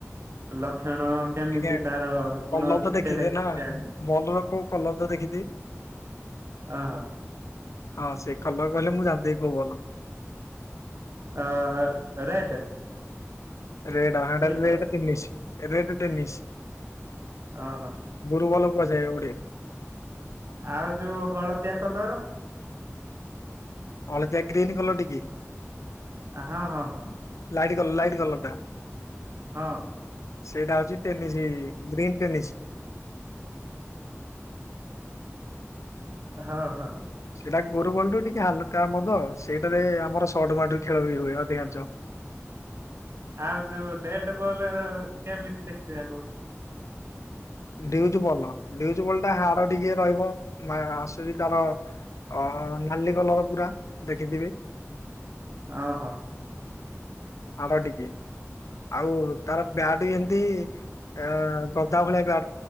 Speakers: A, on the right (about 60°); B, on the left (about 85°).
A: ଲକ୍ଷଣ କେମିତି
B: ଆଜ୍ଞା
A: ତାର
B: କଲର
A: ଗୁଣ
B: ତ ଦେଖିଛେ
A: ସେଇଟା କିଛି
B: ନା
A: ଜାଣିନି।
B: ବଲର କୋଉ କଲବ୍ଦ ଦେଖିଥିବେ।
A: ଅହ।
B: ହଁ ସେ କଲର କହିଲେ ମୁଁ ଯାଣଦେବି କୋଉ ବଲ।
A: ଅ ରେଡ଼େ।
B: ରେଡ ରେଡ
A: କଲର
B: ରେଡେ ଟେନିସ୍ ରେଡେ ଟେନିସ୍।
A: ଓହୋ
B: ଗୁରୁ ବଲ କୁହାଯାଏ ଓଡିଆ ରେ।
A: ଆଉ ଯୋଉ ହଳଦିଆ କଲର।
B: ହଳଦିଆ ଗ୍ରୀନ୍ କଲର ଟିକେ।
A: ଆ ହଁ ହଁ।
B: ଲାଇଟି କଲ ଲାଇଟି କଲର ଟା।
A: ହଁ।
B: ସେଇଟା ହଉଛି ଟେନିସ ଗ୍ରୀନ୍ ଟେନିସ।
A: ହଁ ହଁ।
B: ସେଇଟା ଗୋରୁ ବଲଠୁ ଟିକେ ହାଲକା ହବତ ସେଇଟାରେ ଆମର ସଟବାଟ ଖେଳ ବି ହୁଏ ଅଧିକାଂଶ।
A: ଆଉ ଯୋଉ ଡେଟେ ବଲ କେମିତି ଦେଖିବାକୁ।
B: ଡିଉଜ ବଲ୍ ଡିଉଜ ବଲ ଟା ହାଡ ଟିକେ ରହିବ ନା ଆସୁଛି ତାର ଅ ନାଲି କଲର ପୁରା ଦେଖିଥିବେ।
A: ଆ ହ।
B: ହାଡ ଟିକେ ଆଉ ତାର ବ୍ୟାଟ ବି ଏମତି ଅ ଗଦା ଭଳିଆ ବ୍ୟାଟ।